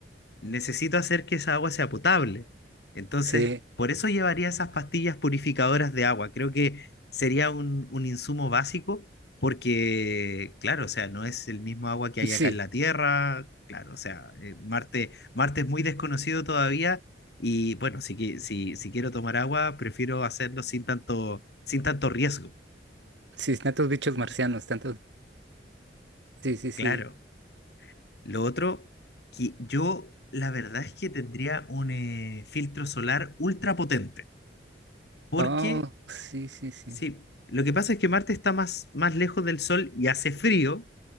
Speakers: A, on the left; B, on the right.
A: necesito hacer que esa agua sea potable. Entonces,
B: Sí,
A: por eso llevaría esas pastillas purificadoras de agua. Creo que sería un, un insumo básico porque, claro, o sea, no es el mismo agua que
B: sí,
A: hay acá en la Tierra. Claro, o sea, eh, Marte, Marte es muy desconocido todavía y bueno, si, qui- si, si quiero tomar agua, prefiero hacerlo sin tanto, sin tanto riesgo.
B: sí, tantos bichos
A: Ujú.
B: marcianos, tantos. Sí, sí, sí.
A: Claro. Lo otro, que yo la verdad es que tendría un eh, filtro solar ultra potente. Porque,
B: Oh, sí, sí, sí.
A: sí, lo que pasa es que Marte está más, más lejos del Sol y hace frío,